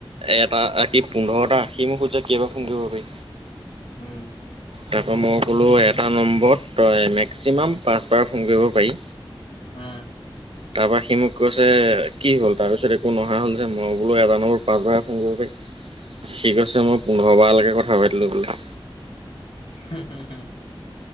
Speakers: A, on the right; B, on the left.
A: এটা আশী পোন্ধৰটা আশি মোক খোজ যে কাব ফোন কৰিব পাৰি
B: উম
A: তাৰপৰা মই ক'লো এটা নম্বৰত তই মেক্সিমাম পাঁচবাৰ ফোন কৰিব পাৰি
B: হম
A: তাৰ পৰাৰা সি মোক কৈছে কি হল তাৰ পিছত একো নহা হল যে মই বোলো এজানোবোৰ পাছব ফোন কৰিব পাৰি ঠিক আছে মই পোন্ধৰ বাৰলৈকে কথা পাতিলো বোলে
B: হম হুম হু